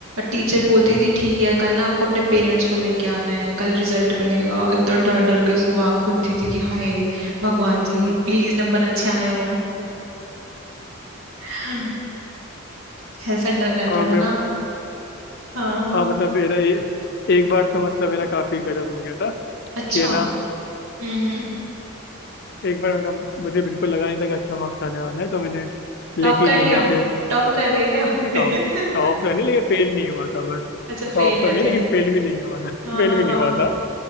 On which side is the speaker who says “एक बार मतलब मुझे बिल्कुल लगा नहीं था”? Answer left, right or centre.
Left